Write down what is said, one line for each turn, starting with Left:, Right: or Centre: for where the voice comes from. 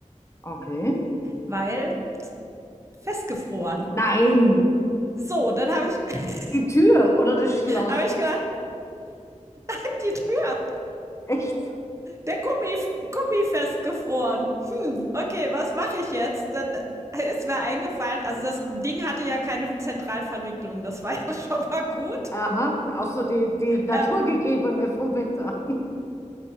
Left: okay.
Right: weil festgefroren.
Left: Nein,
Right: So, dann habe ich, <laughs>
Left: die Tür oder das Schloss.
Right: hab ich gedacht, nimm die Tür.
Left: Echt?
Right: Der Gummi, Gummi festgefroren. Hm, okay, was mache ich jetzt? Dann ist mir eingefallen, also das Ding hatte ja keine Zentralverriegelung, das war <laughs> ja schon mal gut.
Left: Aha, außer die, die naturgegebene
Right: Ähm,
Left: vom Wetter. <laughs>